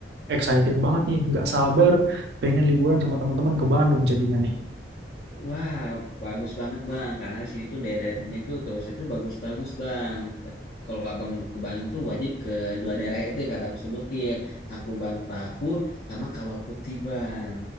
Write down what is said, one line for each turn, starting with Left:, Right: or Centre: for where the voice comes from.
Right: excited banget nih, nggak sabar pengen liburan sama teman-teman ke Bandung jadinya nih.
Left: Wah, bagus banget Bang, karena di sini tuh daerah-daerahnya tuh terusnya tuh bagus-bagus Bang. Bat- Kalau Abang ke Bandung tuh wajib ke dua daerah itu yang kadang sebutin, Tangkuban Perahu sama Kawah Putih Bang.